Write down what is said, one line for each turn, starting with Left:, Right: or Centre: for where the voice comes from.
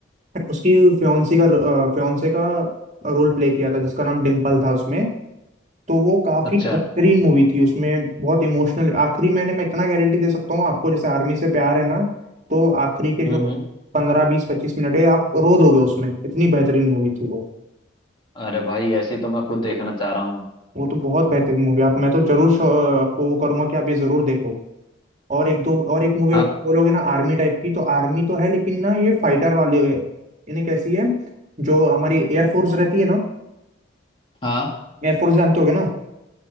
Right: उसकी फ्योन्सी का फ्योन्से का रोल प्ले किया था जिसका नाम डिम्पल था उसमें तो वो काफी
Left: अच्छा
Right: बेहतरीन मूवी थी उसमें बहुत इमोशनल आखिरी मैंने मैं इतना गारंटी दे सकता हूँ आपको जैसे आर्मी से प्यार है ना तो आखिरी के जो
Left: हम्म हम्म
Right: पंद्रह बीस पच्चीस मिनट है आप रो दोगे उसमें इतनी बेहतरीन मूवी थी वो
Left: अरे भाई ऐसी तो मैं खुद देखना चाह रहा हूँ
Right: वो तो बहुत बेहतरीन मूवी आप मैं तो जरूर शो- आपको वो करूंगा कि आप ये जरूर देखो और एक दो और एक मूवी
Left: हाँ
Right: अगर आप बोलोगे ना आर्मी टाइप की तो आर्मी तो है लेकिन ना ये फाइटर वाले इन्हें कैसी है जो हमारी एयरफोर्स रहती है ना
Left: हाँ
Right: एयरफोर्स जानते होगे ना